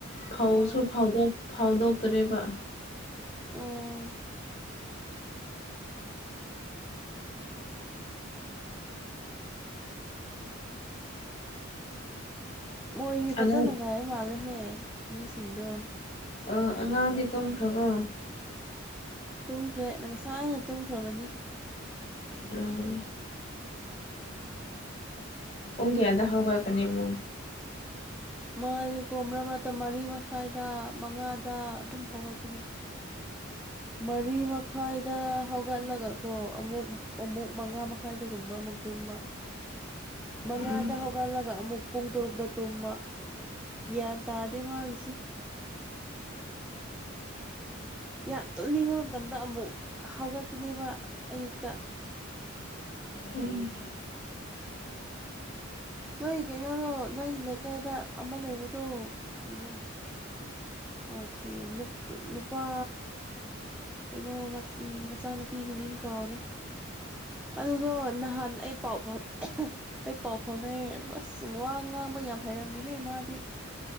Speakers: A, on the left; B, in the centre.
A: ꯐꯧꯁꯨ
B: ꯑꯣ
A: ꯐꯧꯗꯣꯛ ꯐꯥꯎꯗꯣꯛꯇꯔꯤꯕ
B: ꯑꯥ ꯃꯣꯏꯅꯤ ꯐꯖꯅ
A: ꯑꯉꯥꯡ
B: ꯉꯥꯏꯕ ꯃꯥꯜꯂꯦꯍꯦ ꯃꯤꯁꯤꯡꯗꯣ
A: ꯑ ꯑꯉꯥꯡꯗꯤ ꯇꯨꯝꯈ꯭ꯔꯕ꯭ꯔꯣ
B: ꯇꯨꯝꯈ꯭ꯔꯦ ꯅ ꯉꯁꯥꯏ ꯑꯩꯅ ꯇꯨꯝꯈ꯭ꯔꯕꯅꯤ
A: ꯎꯝ ꯎꯡꯀꯦ ꯑꯗ ꯍꯒꯀꯅꯤ ꯑꯃꯣ
B: ꯃꯥ ꯀꯣ ꯃꯔꯛ ꯃꯔꯛꯇ ꯃꯔꯤ ꯃꯈꯥꯏꯗ ꯃꯉꯥꯗ ꯑꯗꯨꯝ ꯍꯧꯒꯠꯄꯅꯦ ꯃꯔꯤ ꯃꯈꯥꯏꯗ ꯍꯧꯒꯠꯂꯒ ꯀꯣ ꯑꯃꯨꯛ ꯑꯃꯨꯛ ꯃꯉꯥ ꯃꯈꯥꯏꯗꯒꯨꯝꯕ ꯑꯃꯨꯛ ꯇꯨꯝꯕ ꯃꯉꯥꯗ
A: ꯎꯝ
B: ꯍꯧ ꯍꯧꯒꯜꯂꯒ ꯑꯃꯨꯛ ꯄꯨꯡ ꯇꯔꯨꯛꯇ ꯇꯨꯝꯕ ꯒ꯭ꯌꯥꯟ ꯇꯥꯗꯦ ꯃꯥꯒꯤꯁꯦ ꯌꯥꯝ ꯇꯨꯝꯅꯤꯡꯕ ꯃꯇꯝꯗ ꯑꯃꯨꯛ ꯍꯧꯥꯎꯒꯠꯀꯅꯦꯕ ꯑꯌꯨꯛꯇ
A: ꯎꯝ
B: ꯅꯣꯏ ꯀꯩꯅꯣꯗꯣ ꯅꯣꯏ ꯂꯩꯀꯥꯏꯗ ꯑꯃ ꯂꯩꯕꯗꯣ ꯀꯩꯅꯣ ꯑꯣꯖꯤ ꯅꯨ ꯅꯨꯄꯥ ꯀꯩꯅꯣ ꯃꯆꯥꯅꯨꯄꯤꯒꯤ ꯃꯤꯡ ꯀꯥꯎꯔꯦ ꯑꯗꯨꯗꯣ ꯅꯍꯥꯟ ꯑꯩ ꯄꯥꯎ ꯐꯥꯎ ꯑꯩ ꯄꯥꯎ ꯐꯥꯎꯅꯩꯌꯦ ꯑꯗꯨ ꯑꯁ ꯋꯥ ꯉꯥꯡꯕ ꯌꯥꯝ ꯍꯥꯏꯩꯔꯝꯃꯤꯍꯦ ꯃꯥꯗꯤ